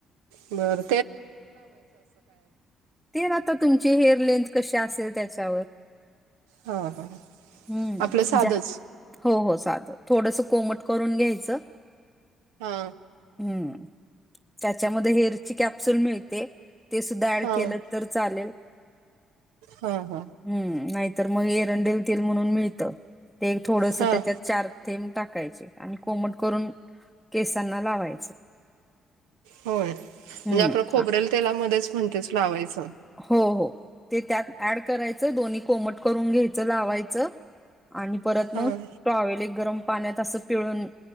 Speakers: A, on the right (about 75°); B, in the centre.
A: बरं.
B: तेल आता तुमची हेअर लेंथ कशी असेल त्याच्यावर.
A: हा, हां,
B: हम्म
A: आपलं साधंच
B: जा, हो हो साधं थोडस कोमट करून घ्यायचं.
A: हा.
B: हम्म, त्याच्यामध्ये हेअरची कॅप्सुल मिळते. ते सुद्धा ऍड
A: हां
B: केलं तर चालेल.
A: हां हां
B: हम्म, नाहीतर मग एरंडेल तेल म्हणून मिळतं ते थोडस
A: हां
B: त्याच्यात चार- थेंब टाकायचे, आणि कोमट करून केसांना लावायचं.
A: होय, म्हणजे
B: हम्म.
A: आपलं खोबरेल
B: आ
A: तेलामध्येच म्हणतेस लावायचं.
B: हो, हो ते त्यात ऍड करायचं दोन्ही कोमट करून घ्यायचं लावायचं. आणि परत
A: हां
B: मग टॉवेल एक गरम पाण्यात अस- पिळून,